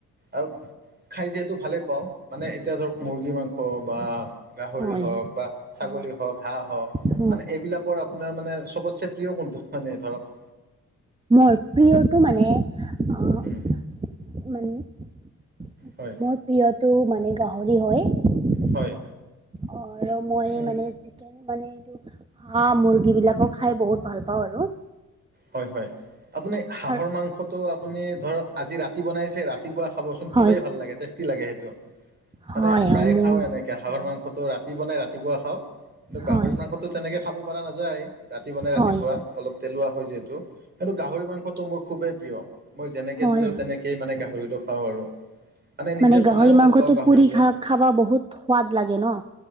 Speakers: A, on the right; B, on the right.
A: আৰু খাই যিহেতু ভালে পাও। মানে এতিয়া ধৰক
B: হয়
A: মুৰ্গী মাংস বা গাহৰি
B: হয়
A: হওক
B: হয়
A: বা ছাগলী
B: হয়
A: হওক হাঁহ হওক
B: হয়
A: মানে এইবিলাকৰ আপোনাৰ মানে চবতছে প্ৰিয় কোনটো মানে ধৰক-
B: মোৰ প্ৰিয়টো মানে- অহ
A: উম
B: মানে মই
A: হয়
B: প্ৰিয়টো মানে গাহৰি হয়
A: হয়
B: অ আৰু মই
A: উম
B: মানে যে নেকে মানে এইটো হাঁহ মুৰ্গীবিলাকো খাই বহুত ভাল পাও আৰু
A: হয় হয় আপুনি হাঁহৰ
B: আৰু
A: মাংসটো আপুনি ধৰক আজি ৰা তি বনাইছে ৰাতিপুৱা খাবচোন খুবেই
B: হয়
A: ভাল লাগে টেষ্টি লাগে সেইটো মানে
B: হয়
A: প্ৰায়ে
B: হয় মোৰ
A: খাও এনে এ হাঁহৰ মাংসটো ৰাতি বনাই ৰাতিপুৱা খাওঁ। কিন্তু
B: হয়
A: গাহৰি মাংসো তেনেকে খাব পৰা নাযায়, ৰাতি বনাই
B: হয়,
A: ৰাতিপুৱা অলপ তেলোৱা হয় যিহেতু। সেইটো গাহৰি মাংসটো মোৰ খুবেই প্ৰিয়, মই যেনেকে
B: হয়
A: দিলে তেনেকেই মানে গাহৰিটো খাওঁ আৰু। নিজে
B: মানে গাহৰি
A: বনায়ো
B: মাংসটো
A: ভাল পাওঁ গাহৰিটো
B: পুৰি খা খাবা বহুত সোৱাদ লাগে ন।